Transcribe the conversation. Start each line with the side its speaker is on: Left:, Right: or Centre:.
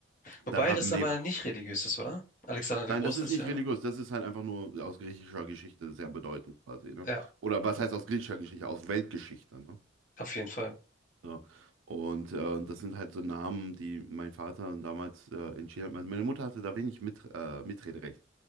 Left: Wobei
Right: Dann haben
Left: das aber
Right: wir,
Left: nicht religiös ist, oder? Alexander der
Right: nein,
Left: Große
Right: das ist
Left: ist
Right: nicht
Left: ja.
Right: religiös, das ist halt einfach nur aus griechischer Geschichte sehr bedeutend quasi, ne?
Left: Ja,
Right: Oder was heißt aus griechischer Geschichte? Aus Weltgeschichte, ne?
Left: auf jeden Fall.
Right: So. Und äh, das sind halt so Namen, die mein Vater damals äh, entschieden hat. Meine meine Mutter hatte da wenig mit, äh, Mitrederecht.